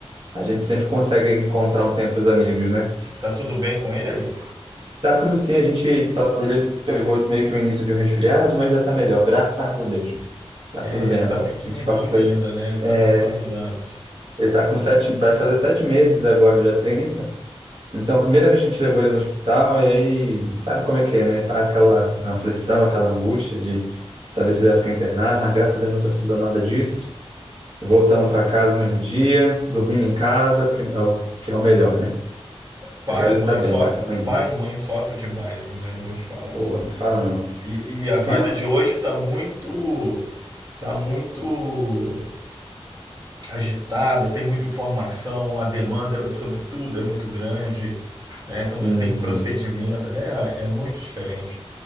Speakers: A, on the right; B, on the right.
A: a gente sempre consegue encontrar um tempo para os amigos, né?
B: Tá tudo bem com ele?
A: Tá tudo sim, a gente só ele pegou meio que o início de um resfriado, mas já tá melhor, graças a Deus. Tá
B: É,
A: tudo bem
B: ele
A: agora.
B: tá pequenininho
A: A gente passa,
B: ainda, né? Ele
A: é,
B: tá com quantos anos?
A: ele tá com sete, vai fazer sete meses agora, dia 30. Então, a primeira vez que a gente levou ele no hospital, e aí, sabe como é que é, né? Pá, aquela aflição, aquela angústia de saber se ele vai ficar internado, mas graças a Deus não precisou nada disso. Voltamos para casa no mesmo dia, dormimos em casa, que é o, que é o melhor, né?
B: Pai
A: Agora ele
B: e mãe
A: tá bem,
B: sofrem,
A: tá com a mãe dele.
B: pai e mãe sofrem demais, né? Eu vou te falar.
A: Pô, não fala não.
B: E, e a vida
A: Mas,
B: de hoje tá muito, tá muito agitada, tem muita informação, a demanda é sobre tudo é muito grande, né?
A: sim,
B: Então você tem
A: sim.
B: procedimento, é, é muito diferente.